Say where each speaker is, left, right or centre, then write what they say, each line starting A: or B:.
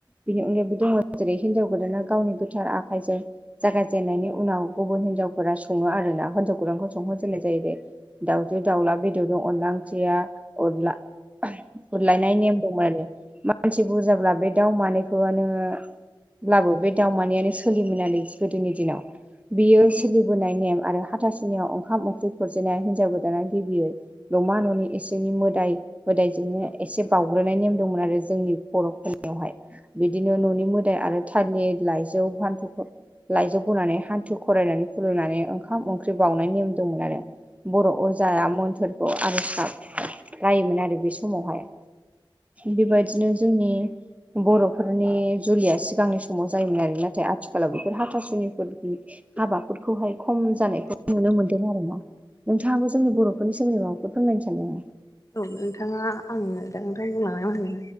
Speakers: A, on the right (about 15°); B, on the left (about 35°).
A: बिनि अनगायैबो दङ' जेरै हिनजाव गोदाना गावनि गोथार आखाइजों जागायजेननायनि उनाव गुबुन हिनजावफोरा सङो आरोना। हिन्जाव गोदानखौ संहोजेननाय जाहैबाय। दाउजो दाउला बेदरजों अनला ओंख्रिया अनला खुरलायनाय नेम दंमोन आरो मानसि बुरजाब्ला बे दाउ मानैखौआनो ब्लाबो बे दाव मानैयानो सोलियोमोन आरो गोदोनि दिनाव। बियो सोलिबोनाय नेम आरो हाथासुनियाव ओंखाम ओंख्रि खुरजेननाया हिनजाव गोदाना गिबियै नमा न'नि इसिंनि मोदाय मोदायजोंनो एसे बावग्रोनाय नेम दंमोन आरो जोंनि बर'फोरनि यावहाय, बिदिनो न'नि मोदाय आरो थालिर लाइजौ फान्थुफोर लाइजौ बनानै हान्थु खरायनानै खुलुमनानै ओंखाम ओंख्रि बाउनाय नेम दंमोन आरो। बर' अजाया मोन्थोरखौ आर'ज गाब रायोमोन आरो बे समावहाय। बेबायदिनो जोंनि बर'फोरनि जुलिया सिगांनि समाव जायोमोन आरो। नाथाय आथिखालाव बेफोर हाथासुनिफोरनि हाबाफोरखौहाय खम जानायखौ नुनो मोनदों आरो ना। नोंथाङाबो जोंनि बर'फोरनि सोमोनदै माबाफोर फोरमायनो सानदों नामा?
B: औ नोंथाङा आङो दा नोंथां बुंलांनायाव आङो